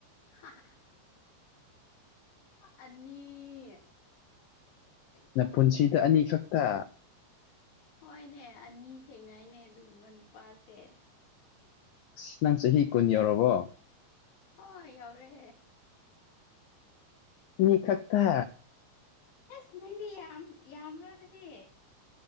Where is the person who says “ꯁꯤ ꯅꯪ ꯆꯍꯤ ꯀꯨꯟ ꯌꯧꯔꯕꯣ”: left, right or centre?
Left